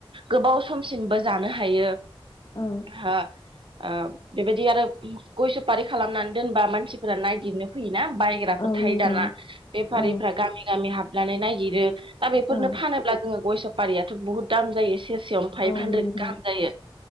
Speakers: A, on the right (about 65°); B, on the left (about 50°).
A: गोबाव समसिमबो जानो हायो।
B: औ
A: हा ओ बेबायदि आरो गय सफारि खालामनानै दोनबा मानसिफोरा नायगिरनो फैयोना बायग्रा। थायो
B: औ नंगौ
A: दाना बेफारिफ्रा
B: औ
A: गामि-गामि हाब। लानानै नायागिरो। दा बेफोरनो
B: औ
A: फानोब्ला जोङो गयस। पारियााथ बहुत दाम जायो एसे। फाइभ
B: औ
A: हान्द्रेद
B: नंगौ
A: गाहाम जायो